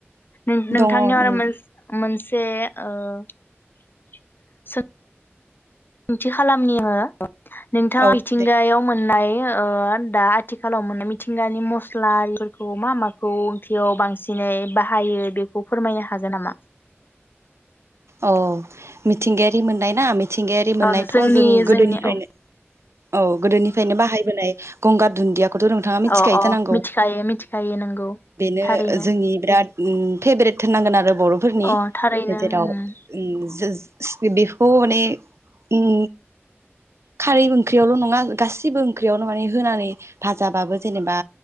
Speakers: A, on the left; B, on the right.
A: नों नोंथांनियाव
B: दङ
A: आरो
B: उम
A: मोनस मोनस बे ओ ओंथि खालामनि हो नोंथाङा
B: औ
A: मिथिंगायाव
B: दे
A: मोननाय ओ दा आथिखालाव मोननाय मिथिंगानि मस्लाआरिफोरखौ मा माखौ ओंख्रियाव बांसिनै बाहायो बेखौ फोरमायनो हागोन नामा
B: अ मिथिंगायारि मोननाय ना मिथिंगायारि मोननायथ
A: ओं जोंनि
B: जों गोदोनिफ्रायनो
A: जोंनि औ
B: औ गोदोनिफ्रायनो बाहायबोनाय गंगार दुन्दियाखौथ नोंथाङा मिथिखायो
A: अ अ
B: जानांगौ
A: मिथिखायो मिथिखायो नंगौ
B: बेनो
A: थारैनो
B: जोंनि बिराद ओम फेब्रेट होननांगोन आरो बरफोरनि
A: अ थारैनो
B: जेराव
A: उम
B: ओम जोज <unintelligible> बेखौ माने उम खारै ओंख्रियावल नङा गासिबो ओंख्रियावनो माने होनानै भाजाबाबो जेनेबा